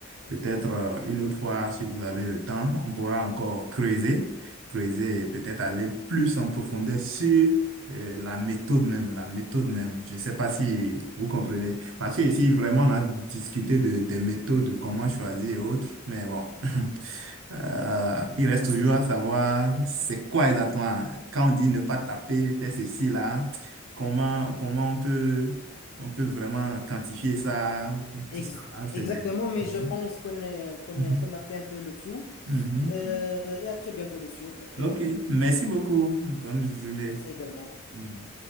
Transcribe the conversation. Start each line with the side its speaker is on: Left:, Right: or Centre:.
Right: peut-être euh, une autre fois, si vous avez le temps, on pourra encore creuser, creuser et peut-être aller plus en profondeur sur euh, la méthode même, la méthode même. Je ne sais pas si vous comprenez. Parce que ici, vraiment, on a discuté de, des méthodes, de comment choisir et autres. Mais bon, <laughs> euh, il
Left: Pas de
Right: reste
Left: souci.
Right: toujours à
Left: Et
Right: savoir
Left: après, euh,
Right: c'est quoi exactement. Quand on dit ne pas taper, faire ceci, là, comment, comment on peut, on peut vraiment quantifier ça,
Left: ex-
Right: tout ça. là, C'est
Left: Exactement,
Right: des-
Left: mais
Right: Mhm,
Left: je pense qu'on est- qu'on
Right: mhm,
Left: est- qu'on a fait un peu le tout.
Right: mhm.
Left: Euh, et à très bientôt, Lucio. À très
Right: Ok.
Left: bientôt.
Right: Ok. Merci beaucoup. Bonne journée.
Left: Merci également.
Right: Mm.